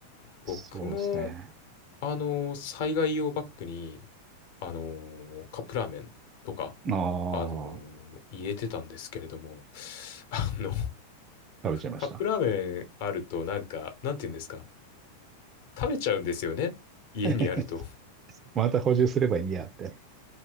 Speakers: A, on the left; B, on the right.
A: 僕も、
B: そうですね。
A: あの、災害用バッグに、あの、カップラーメンとか、
B: あ
A: あの、
B: あ、
A: 入れてたんですけれども、あの、
B: 食べちゃいました。
A: カップラーメンあるとなんか、なんて言うんですか食べちゃうんですよね。家にあると。
B: <laughs> また補充すればいいやって。